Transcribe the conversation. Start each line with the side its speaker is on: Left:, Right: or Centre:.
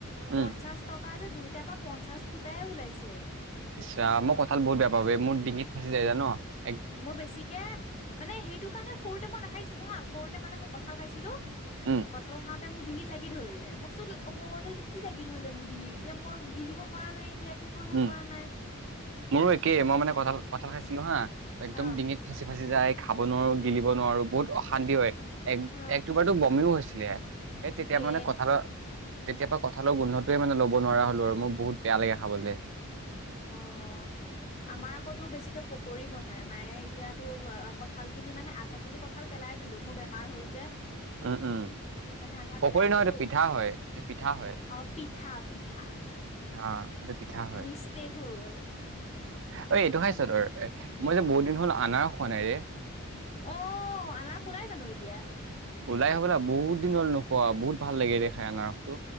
Right: উম।
Left: পঞ্চাশ টকা যে দুইটাৰ পৰা পঞ্চাশ ফুটাইে ওলাইছে।
Right: ইচ্ ৰাম মই কঁঠাল বহুত বেয়া পাওঁ বে, মোৰ ডিঙিত ফাঁচি যায় জা ন।
Left: মই বেছিকে মানে সেইটো কাৰণে সৰুতে মই নাখাইছো নহা সৰুতে মানে মই কঁঠাল খাইছিলোঁ।
Right: উম,
Left: কঁঠাল খাওঁতে মোৰ ডিঙিত লাগি ধৰিলে মোক চোন অ খ খতে লি কি। জাগি ধৰিলে মোৰ ডিঙি তেতিয়া মই গিলিব পৰা নাই এতিয়া,। একো কৰিব
Right: উম,
Left: পৰা নাই
Right: মোৰো একেই
Left: তাৰপিছত
Right: মই মানে কঁঠাল কঁঠাল খাইছ-। লো হা একদম
Left: অ
Right: ডিঙিত ফাঁচি ফাঁচি যায় খাব নোৱাৰো গিলিব নোৱাৰো বহুত অশান্তি হয়। এক
Left: অ
Right: এক দুবাৰতো বমিও হৈছিলে, এই তেতিয়া
Left: এ
Right: মানে কঁঠালৰ তেতিয়া পা-। কঁঠালৰ গোন্ধটোৱে মানে লব নোৱাৰা হলোঁ আৰু মোৰ বহুত বেয়া লাগে খাবলে। <unintelligible>
Left: অ আমাৰ আকৌ বেছিকে পকৰী বনাই মায়ে এতিয়াতো কঁঠাল খিনি মানে আধা। সেই কঁঠাল খিনি কঁঠাল পেলাই দিলো মোৰ বেমাৰ হ'ল যে।
Right: উম উম।
Left: সেইকাৰণে আধা
Right: পকৰী
Left: পেলাই
Right: নহয়টো
Left: দিলো
Right: পিঠা হয়, পিঠা হয়
Left: অ পিঠা পিঠা
Right: অহ। এটো পিঠা হয়।
Left: মিছতেক হৈ গ'ল।
Right: অ
Left: তাৰপিছত
Right: এইটো খাই চ তৰ এ
Left: কি
Right: মই যে বহুত দিন হ'ল আনাৰস খোৱা নাই ৰে।
Left: অ আনাৰস ওলাই জানো এতিয়া।
Right: ওলাই হ'বলা বহুত দিন হল নোখোৱা বহুত ভাল লাগে ৰে খাই আনাৰসটো।